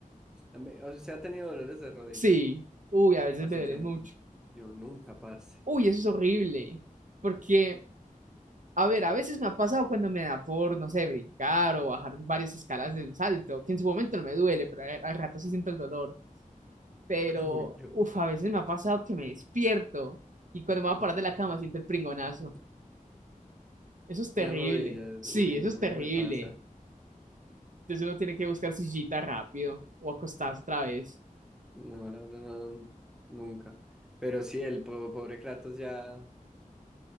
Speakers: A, in the centre; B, on the right (about 60°).
A: A mí- O sea, ha tenido dolores de rodilla.
B: Sí. Uy, a veces
A: Parce,
B: me duele
A: yo,
B: mucho.
A: yo nunca, parce.
B: Uy, eso es horrible. Porque, a ver, a veces me ha pasado cuando me da por, no sé, brincar o bajar varias escalas de un salto, que en su momento no me duele, pero a- al rato sí siento el dolor. pero
A: <laughs> Uy, no.
B: uf a veces me ha pasado que me despierto y cuando me voy a parar de la cama siento el pringonazo. Eso es terrible.
A: En las rodillas,
B: Sí,
A: uy,
B: eso
A: no,
B: es
A: a
B: terrible.
A: mí no me pasa.
B: Entonces uno tiene que buscar sillita rápido o acostarse otra vez.
A: No, la verdad, no, no, nunca. Pero sí, el po- pobre Kratos ya,